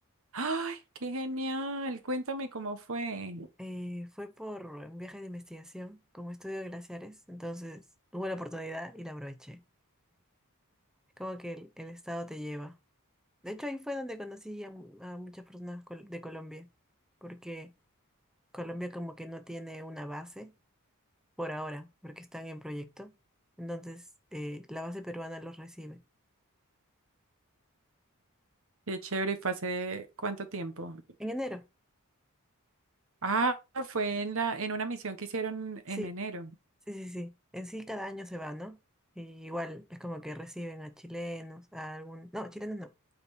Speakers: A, on the right; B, in the centre.
A: ¡Ay, qué genial! Cuéntame cómo fue.
B: eh, fue por un viaje de investigación, como estudio glaciares, entonces hubo la oportunidad y la aproveché. Como que el, el estado te lleva. De hecho, ahí fue donde conocí a, mu- a muchas personas col- de Colombia, porque Colombia como que no tiene una base por ahora, porque están en proyecto. Entonces, eh, la base peruana los recibe.
A: Qué chévere, ¿y fue hace cuánto tiempo?
B: En enero,
A: Ah, fue en la, en una misión que hicieron
B: sí,
A: en enero.
B: sí, sí, sí. En sí cada año se va, ¿no? Y igual es como que reciben a chilenos, a algún... No, chilenos no,